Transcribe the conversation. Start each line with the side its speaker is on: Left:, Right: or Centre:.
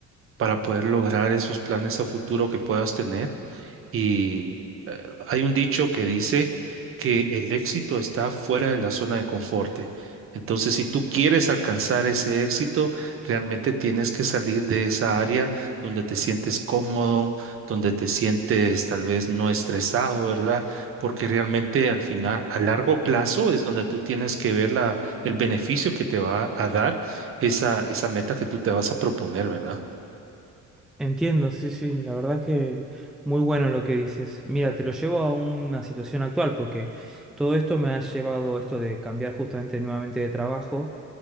Right: para poder lograr esos planes a futuro que puedas tener y eh, hay un dicho que dice que el éxito está fuera de la zona de confort. Entonces, si tú quieres alcanzar ese éxito, realmente tienes que salir de esa área donde te sientes cómodo, donde te sientes tal vez no estresado, ¿verdad? Porque realmente al final, a largo plazo, es donde tú tienes que ver la, el beneficio que te va a dar esa, esa meta que tú te vas a proponer, ¿verdad?
Centre: Entiendo, sí, sí, la verdad que muy bueno lo que dices. Mira, te lo llevo a una situación actual porque todo esto me ha llevado a esto de cambiar justamente nuevamente de trabajo